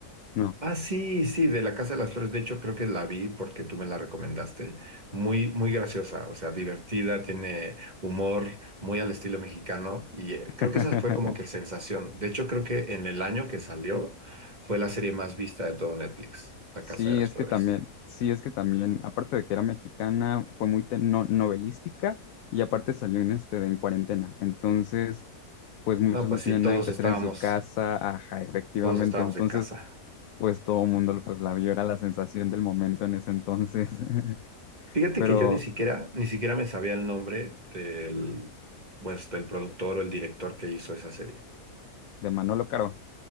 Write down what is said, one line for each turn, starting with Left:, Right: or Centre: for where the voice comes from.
Left: No.
Right: Ah, sí, sí, de la Casa de las Flores. De hecho, creo que la vi porque tú me la recomendaste. Muy, muy graciosa, o sea, divertida, tiene humor muy al estilo mexicano y eh, creo
Left: <laughs>
Right: que esa fue como que sensación. De hecho, creo que en el año que salió fue la serie más vista de todo Netflix, La
Left: Sí,
Right: Casa de las
Left: es
Right: Flores.
Left: que también, sí, es que también, aparte de que era mexicana, fue muy te- no- novelística y aparte salió en este de en cuarentena. Entonces, pues muchos
Right: No, pues
Left: no
Right: sí,
Left: tenían
Right: todos
Left: nada que
Right: estábamos,
Left: hacer en su casa, ajá, efectivamente.
Right: todos estábamos
Left: Entonces,
Right: en casa.
Left: pues todo el mundo pues la vio, era la sensación del momento en ese entonces. <laughs>
Right: Fíjate
Left: Pero
Right: que yo ni siquiera, ni siquiera me sabía el nombre del, pues, del productor o el director que hizo esa serie.
Left: de Manolo Caro,